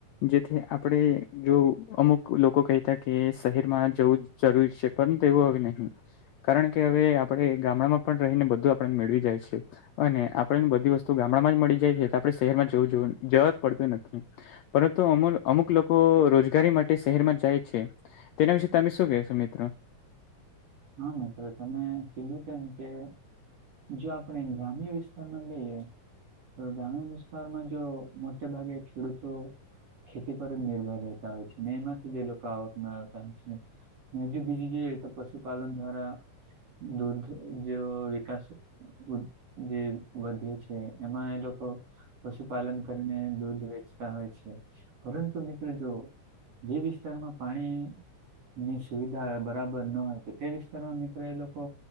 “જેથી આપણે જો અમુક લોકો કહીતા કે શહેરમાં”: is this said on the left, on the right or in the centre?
Left